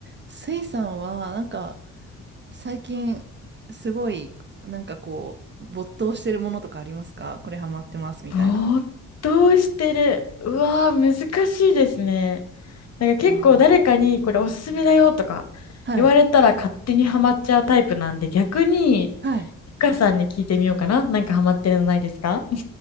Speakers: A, on the right (about 30°); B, on the left (about 45°).
A: スイさんは、なんか、最近、すごい、なんかこう、没頭してるものとかありますかこれハマってますみたいな。
B: ぼーっとしてる。うわー、難しいですね。なんか結構誰かにこれおすすめだよとか
A: ああはい。
B: 言われたら勝手にハマっちゃうタイプなんで、逆に、
A: はい。
B: ゆかさんに聞いてみようかな。なんかハマってるのないですか